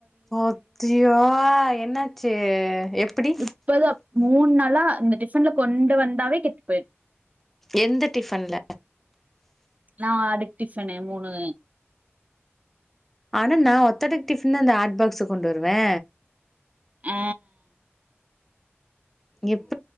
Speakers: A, in the centre; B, on the right.
A: ஆத்தியோ என்னாச்சு எப்டி
B: இப்பதா மூண் நாளா இந்த டிஃபன்ல கொண்டு வந்தாவே கெட்டு போய்ர்து
A: எந்த டிஃபன்ல
B: நா அடுக் டிஃபனு மூணு
A: ஆனா நா ஓத்தடுக் டிஃபன் தா அந்த ஹாட் பாக்ஸு கொண்டு வருவே
B: ஆ
A: எப்